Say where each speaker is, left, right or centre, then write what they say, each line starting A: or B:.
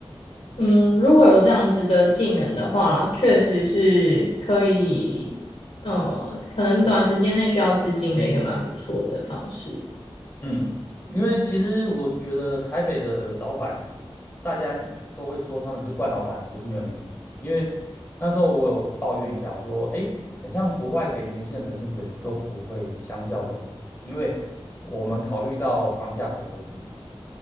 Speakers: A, on the left (about 70°); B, on the left (about 20°).
A: 嗯，如果有这样子的技能的话，确实是可以，呃，可能短时间内需要资金的一个蛮不错的方式。
B: 嗯，因为其实我是觉得台北的老板，大家都会说他们是惯老板，不是没有原因。因为那时候我有抱怨一下，我说，哎，很像国外给年轻人的薪水都不会相较这么低，因为我们考虑到房价所得比嘛。